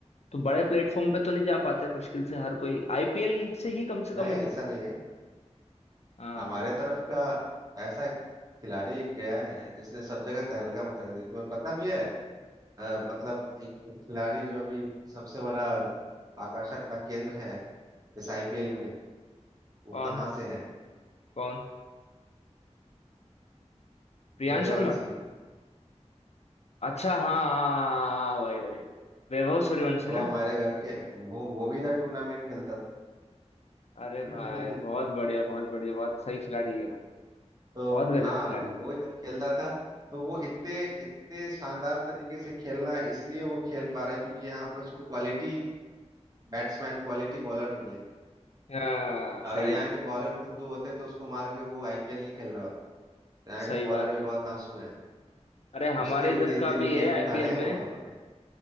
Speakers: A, on the left; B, on the right.
A: तो बड़े प्लेटफॉर्म पे तो नहीं जा पाते मुश्किल से हर कोई आईपीएल से ही कम से कम
B: नहीं
A: इन-
B: ऐसा नहीं है
A: हाँ
B: हमारे तरफ का ऐसा खिलाड़ी एक गया है जिसने सब जगह तहलका मचा दी तुम्हें पता भी है अ, मतलब एक खिलाड़ी जो अभी सबसे बड़ा आकर्षक का केंद्र है इस आईपीएल में वो
A: कौन
B: कहाँ से है
A: कौन प्रियांश
B: सूर्यवंशी
A: शर्मा अच्छा हाँ हाँ हाँ, भाई भाई वैभव सूर्यवंशी
B: वो
A: ना
B: हमारे घर के वो वो भी इधर टूर्नामेंट खेलता था
A: अरे भाई
B: <laughs>
A: बहुत बढ़िया बहुत बढ़िया बहुत सही खिलाड़ी है भाई
B: तो
A: बहुत
B: हाँ
A: गजब खिलाड़ी है
B: वो इधर खेलता था तो वो इतने इतने शानदार तरीके से खेलना इसलिए वो खेल पा रहा है क्योंकि यहाँ पे उसको क्वालिटी बैट्समैन क्वालिटी बॉलर मिले
A: हाँ
B: अगर
A: सही
B: यहाँ
A: है
B: के बॉलर फुद्दू होते तो उसको मार के वो आईपीएल नहीं खेल रहा होता तो यहाँ के
A: सही बात
B: बॉलर भी बहुत
A: है
B: धांसू हैं
A: अरे हमारे
B: उसके भी
A: इधर
B: तीन
A: का
B: तीन विकेट
A: भी है आईपीएल
B: उखा रहे हैं
A: में
B: बहुतों ने